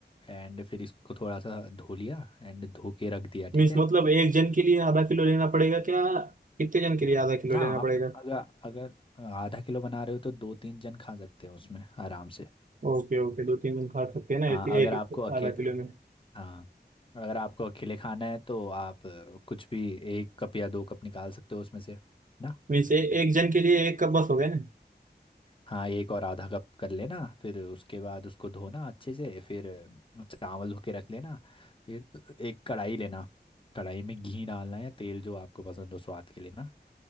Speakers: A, on the left; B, on the right.
A: एंड फिर इसको थोड़ा सा धो लिया एंड धो के रख दिया ठीक
B: मीन्स
A: है
B: मतलब एक जन के लिए आधा किलो लेना पड़ेगा क्या कितने जन के लिए आधा किलो
A: ना
B: लेना पड़ेगा
A: आप हम्म। अगर अगर आधा किलो बना रहे हो तो दो तीन जन खा सकते हो उसमें आराम से
B: ओके ओके दो तीन जन खा सकते हैं ना एक,
A: हाँ
B: एक
A: अगर आपको अकेले
B: आधा किलो में
A: हाँ अगर आपको अकेले खाना है तो आप अ, कुछ भी एक कप या दो कप निकाल सकते हो उसमें से ना
B: मीन्स ए, एक जन के लिए एक कप बस हो गया ना
A: हाँ एक और आधा कप कर लेना फिर उसके बाद उसको धोना अच्छे से फिर अ, चावल धो के रख लेना फिर एक कढ़ाई लेना कढ़ाई में घी डालना है तेल जो आपको पसंद हो स्वाद के लिए ना